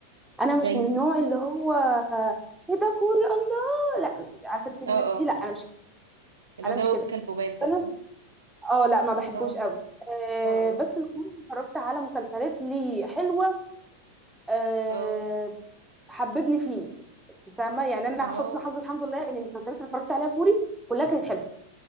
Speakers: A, in the centre; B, on the right.
A: انا
B: زي
A: مش من النوع اللي هو آه، ايه ده كوري الله لا عارفه انت الناس
B: اه اه
A: دي لا انا مش كده
B: اللي
A: انا
B: هو جو
A: مش كده
B: كلبوبات ده
A: انا
B: فاهمة
A: اه لا ما بحبوش
B: اه
A: قوي أه
B: اه اه
A: بس الكوري اللي اتفرجت على مسلسلات ليه حلوه أه
B: اه
A: حببني فيه انت فاهمه يعني انا
B: اه
A: حسن حظي الحمد لله ان المسلسلات اللي اتفرجت عليها كوري كلها كانت حلوه